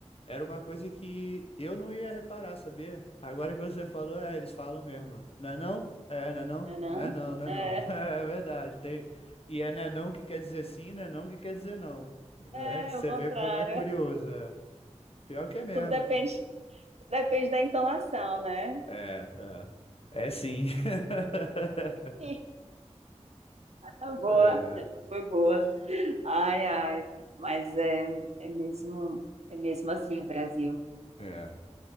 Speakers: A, on the left; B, on the right.
A: era uma coisa que eu não ia reparar, sabia? Agora que você falou, é, eles falam mesmo. Não é não? É, não é não?
B: Né não?
A: Não é não, não é
B: É,
A: não. <laughs> É verdade. Tem... E é não é não que quer dizer sim, não é não que quer dizer não.
B: é
A: É, você
B: o contrário.
A: vê como é curioso. é. Pior que é mesmo.
B: Tudo depende, depende da entonação, né?
A: É, é. É sim. <laughs>
B: Sim, tá boa.
A: É,
B: Essa foi boa. Ai, ai. Mas é, é mesmo, é mesmo assim o Brasil.
A: é.